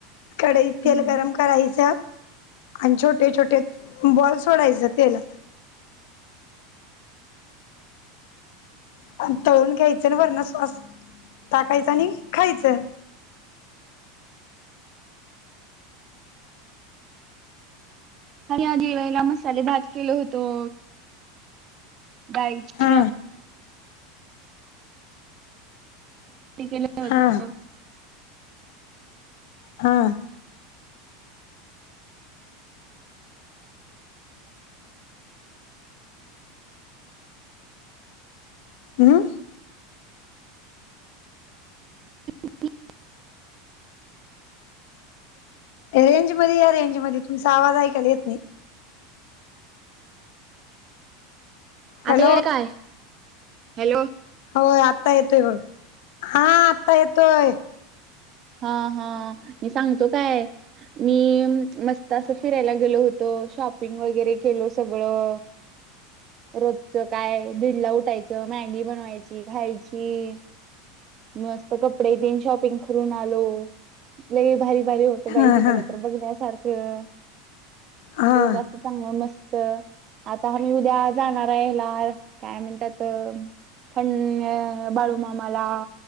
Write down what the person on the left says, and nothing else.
कढईत तेल
गरम करायचं आणि छोटे छोटे बॉल् सोडायचे तेलात आणि तळून घ्यायचं आणि वरणश्वास टाकायच आणि खायचं
हा
हा हा. हम्म.
रेंज मध्ये या रेंज मध्ये तुमचा आवाज ऐकाल येत नाही. हॅलो
होय आत्ता येतोय हो हा आता येतोय
हा
हा
हा